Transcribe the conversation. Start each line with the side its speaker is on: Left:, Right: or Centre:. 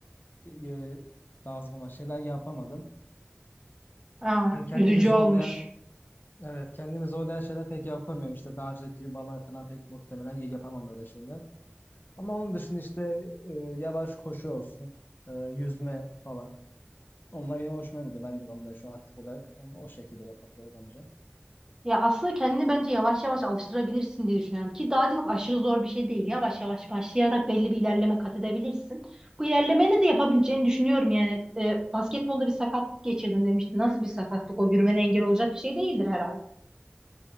Left: e, lazım olan şeyler yapamadım.
Right: Aa,
Left: Hani kendimi
Right: üzücü
Left: zorlayan
Right: olmuş.
Left: evet kendimi zorlayan şeyler pek yapamıyorum. İşte dağcılık gibi bana falan pek muhtemelen yapamam böyle şeyler. Ama onun dışında işte e, yavaş koşu olsun, e, yüzme falan. Onlar benim hoşuma gidiyor. Ben de onları şu an aktif olarak onu o şekilde yapabiliyorum bence.
Right: Ya aslında kendini bence yavaş yavaş alıştırabilirsin diye düşünüyorum. Ki dağcılık aşırı zor bir şey değil. Yavaş yavaş başlayarak belli bir ilerleme kat edebilirsin. Bu ilerlemeyle de yapabileceğini düşünüyorum yani. E, basketbolda bir sakatlık geçirdim demiştin. Nasıl bir sakatlık o? Yürümene engel olacak bir şey değildir herhalde.